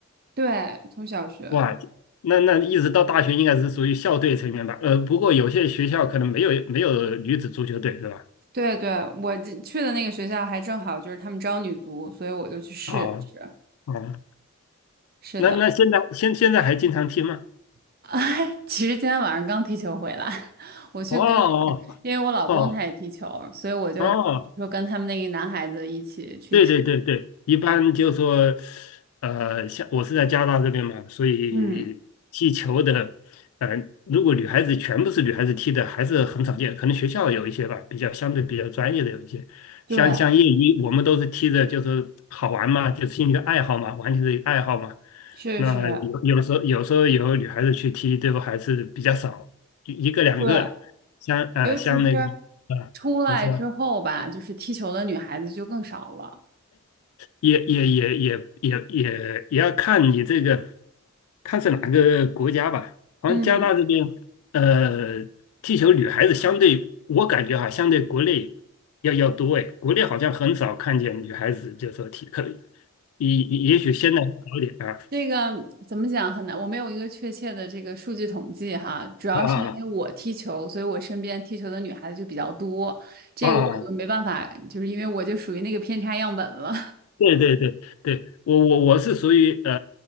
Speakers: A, on the right; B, on the left.
A: 对，从小学，
B: 哇，那那一直到大学应该是属于校队成员吧？呃，不过有些学校可能没有没有女子足球队是吧？
A: 对对，我这去的那个学校还正好就是他们招女足，所以我就去试了试，
B: 哦哦，
A: 是的。
B: 那那现在现现在还经常踢吗？
A: <laughs> 哎，其实今天晚上刚踢球回来，<laughs> 我去跟那个，
B: 哦哦哦
A: 因为我老公他也踢球，所以我就说跟他们那个男孩子一起去踢。
B: 哦对对对对，一般就说，呃，像我是在加拿大这边嘛，所以踢球的，
A: 嗯，
B: 呃，如果女孩子全部是女孩子踢的，还是很少见，可能学校有一些吧，比较相对比较专业的有一些，
A: 对，
B: 像像业余，我们都是踢的，就是好玩嘛，就是兴趣爱好嘛，完全是一个爱好嘛。
A: 是是，
B: 那有有时候有时候有女孩子去踢，最后还是比较少，一一个两个，
A: 对，
B: 像啊、
A: 尤其是
B: 呃像那个啊、呃你说。
A: 出来之后吧，就是踢球的女孩子就更少了。
B: 也也也也也也也要看你这个，看是哪个国家吧。好像加拿大这边，
A: 嗯，
B: 呃，踢球女孩子相对，我感觉哈，相对国内要要多哎。国内好像很少看见女孩子就说踢，可也也也许现在好一点啊
A: 这个怎么讲很难，我没有一个确切的这个数据统计哈，主要是因为我踢球，
B: 啊啊啊！
A: 所以我身边踢球的女孩子就比较多，这个我就没办法，
B: 啊啊
A: 就是因为我就属于那个偏差样本了。
B: 对对对对，我我我是属于呃